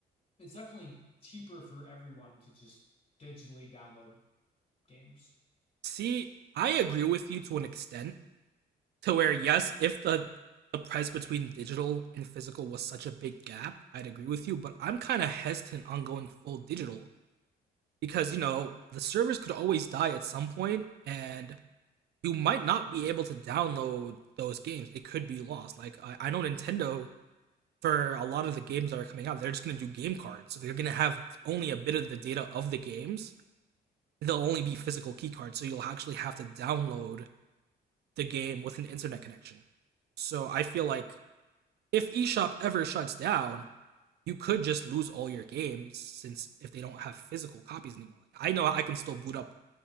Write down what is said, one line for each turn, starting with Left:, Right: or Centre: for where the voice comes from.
Left: it's definitely cheaper for everyone to just digitally download games.
Right: See, I agree with you to an extent, to where yes, if the the price between digital and physical was such a big gap, I'd agree with you, but I'm kind of hesitant on going full digital because you know the servers could always die at some point and you might not be able to download those games it could be lost like i, I know nintendo for a lot of the games that are coming out they're just going to do game cards so they're going to have only a bit of the data of the games they'll only be physical key cards so you'll actually have to download the game with an internet connection so i feel like if eshop ever shuts down you could just lose all your games since if they don't have physical copies anymore like i know i can still boot up